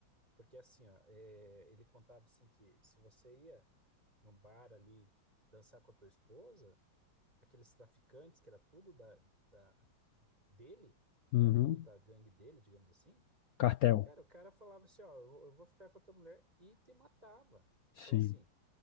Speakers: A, on the right; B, on the left.
A: Porque assim, ó, é, ele contava assim que se você ia num bar ali dançar com a tua esposa, aqueles traficantes que era tudo da, da- dele, né?
B: Uhum.
A: Tudo da gangue dele, digamos assim.
B: Cartel.
A: Cara, o cara falava assim, ó, eu vou, eu vou ficar com a tua mulher e te matava.
B: Sim.
A: Então assim,